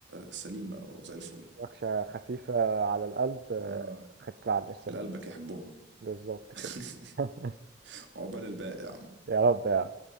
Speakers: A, on the right; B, on the right.
A: سليمة وزي الفل
B: نقشة خفيفة على القلب آه،
A: اه
B: خفيفة على اللسان
A: اللي قلبك يحبهم
B: بالظبط
A: <laughs>
B: كده <laughs>
A: عقبال الباقي يا عم
B: يا رب يا عم.